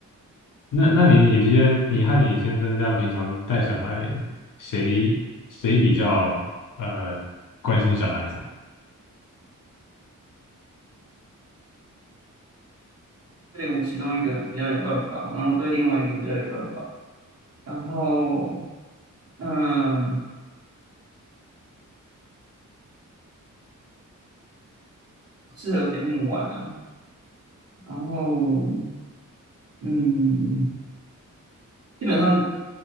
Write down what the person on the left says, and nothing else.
那那你你平时你和你先生这样平常带小孩，谁谁比较呃关心小孩子？